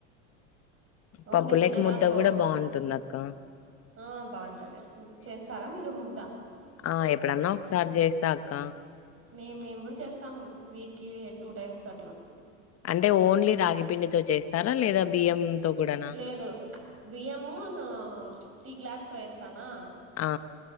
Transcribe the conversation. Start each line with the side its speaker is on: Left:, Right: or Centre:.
Right: అవునులే
Left: పప్పులోకి
Right: తినడానికో
Left: ముద్ద కూడా బాగుంటుంది అక్క
Right: ఆ బాగుంటది అన్ చేస్తారా మీరు ముద్ద
Left: ఆ ఎప్పుడన్నా ఒకసారి చేస్తా అక్క
Right: నే మేము కూడా చేస్తాం వీక్కిి టూ టైమ్స్ అట్లా
Left: అంటే ఓన్లీ రాగి పిండితో చేస్తారా లేదా బియ్యంంతో కూడాన
Right: లేదు బియ్యము న ఉచ్ టీ గ్లాస్ తో వేస్తానా
Left: ఆ